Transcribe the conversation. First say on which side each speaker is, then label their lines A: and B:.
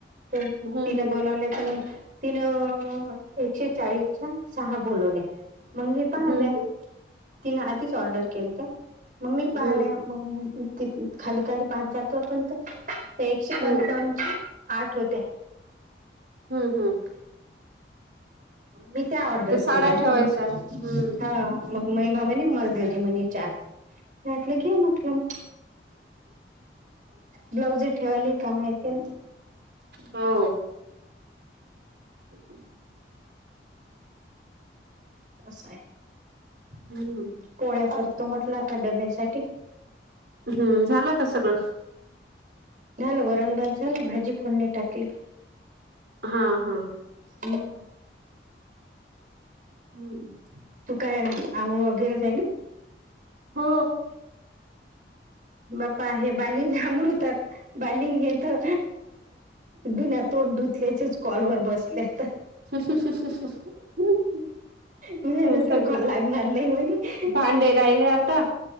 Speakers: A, on the right (about 45°); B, on the right (about 70°).
A: तर
B: हम्म
A: तिन
B: हम्म
A: बोलावल्या त मग तीन, एकशे चाळीसच्, या सहा बोलवल्या. मग मी पाहाल्या,
B: हम्म
A: तिन आधीच ऑर्डर केलत्या, मग मी पाहाल्या.
B: हम्म
A: मग ते त खाली खाली पाहत जातो, आपण ते, एकशे
B: हम्म
A: पंचावन्
B: हम्म
A: आठ होते.
B: हम्म हम्म.
A: मी त्या ऑर्डर
B: ते साड्या
A: केल्या
B: ठेवायच्या
A: मग,
B: हम्म
A: हो. मग महिमा म्हणे मला दे ग म्हणी चार, म्हटलं घ्या म्हटलं मग. ब्लाउज ठेवाली काम येण्याला.
B: हो. होक <inaudible>
A: असं आहे.
B: हम्म <inaudible>
A: पोळ्या करतो म्हटलं आता, डब्यासाठी.
B: हम्म, झाला का सगळं.
A: झालं वरण भात झालं, भाजी फोडणी टाकली.
B: हा हा.
A: हम् <inaudible>
B: हम्म <inaudible>
A: तू काय? अंगोळ वगैरे झाली.
B: हो.
A: बापा हे बालीन आमरुतात, बालीन हे त बिना तोंड धुतल्याचेच, कॉलवर बसल्या त.
B: <unintelligible>
A: म्हणे
B: हम्म
A: नंतर
B: सग,
A: कॉल लागणार नाही म्हणे
B: भांडे राहिले आता.